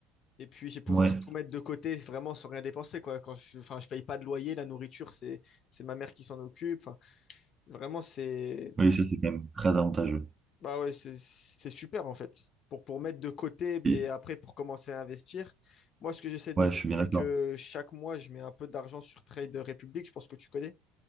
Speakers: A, on the left; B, on the right.
A: Et puis, je vais pouvoir
B: Ouais.
A: tout mettre de côté vraiment sans rien dépenser, quoi. Quand je, enfin, je paye pas de loyer, la nourriture, c'est, c'est ma mère qui s'en occupe. Enfin, vraiment, c'est,
B: Oui, ça c'est quand même très avantageux.
A: bah ouais, c'est, c'est super, en fait. Pour, pour mettre de côté
B: Et-
A: et après pour commencer à investir. Moi, ce que j'essaie de
B: ouais,
A: faire,
B: je suis bien
A: c'est
B: d'accord.
A: que chaque mois, je mets un peu d'argent sur Trade Republic, je pense que tu connais.